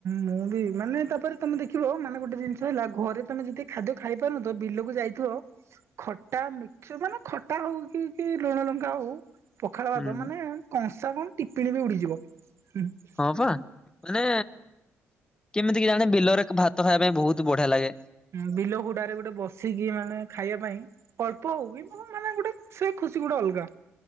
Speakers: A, on the right; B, on the left.
A: ମୁଁ ବି ମାନେ ତାପରେ ତମେ ଦେଖିବ ମାନେ ଗୋଟେ ଜିନିଷ ହେଲା ଘରେ ତମେ ଯଦି ଖାଦ୍ୟ ଖାଇ ପାରୁନ ତ ବିଲକୁ ଯାଇଥିବ ଖଟା ମିକସ ମାନେ ଖଟା ହଉ କି କି ଲୁଣ ଲଙ୍କା ହଉ ପଖାଳ
B: ହୁଁ
A: ଭାତ ମାନେ କଂସା କଣ ଟିପଣୀ ବି ଉଡିଯିବ। ହୁଁ <inaudible>
B: ହଁ ପା ମାନେ କେମିତି କେଜାଣେ ବିଲରେ ଭାତ ଖାଇବା ପାଇଁ ବହୁତ ବଢିଆ ଲାଗେ।
A: ବିଲ ହୁଡାରେ ଗୋଟେ ବସିକି ମାନେ ଖାଇବା ପାଇଁ ଅଳ୍ପ ହଉ କି ମୁ ମାନେ ଗୋଟେ ସେ ଖୁସି ଗୋଟେ ଅଲଗା‌।